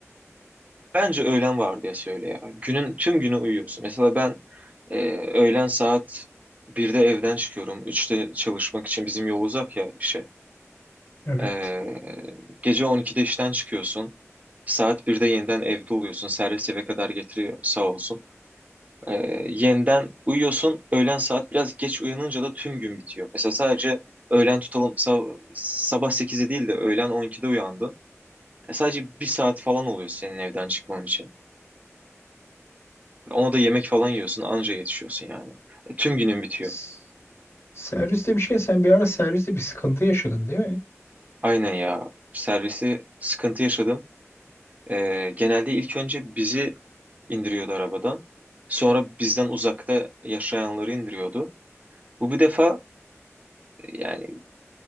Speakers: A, on the right; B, on the left.
A: Bence öğlen vardiyası söyle ya. Günün tüm günü uyuyorsun. Mesela ben e, öğlen saat birde evden çıkıyorum. üçte çalışmak için bizim yol uzak ya işe.
B: Evet.
A: E, gece 12'de işten çıkıyorsun. Saat birde yeniden evde oluyorsun. Servis eve kadar getiriyor sağ olsun. E, yeniden uyuyorsun. Öğlen saat biraz geç uyanınca da tüm gün bitiyor. Mesela sadece öğlen tutalım sab- sabah 8'de değil de öğlen 12'de uyandın. E, sadece bir saat falan oluyor senin evden çıkman için. Ona da yemek falan yiyorsun anca yetişiyorsun yani. E, tüm günün bitiyor.
B: S- Servis demişken sen bir ara serviste bir sıkıntı yaşadın değil mi?
A: Aynen ya. Servisi sıkıntı yaşadım. E, genelde ilk önce bizi indiriyordu arabadan. Sonra bizden uzakta yaşayanları indiriyordu. Bu bir defa e, yani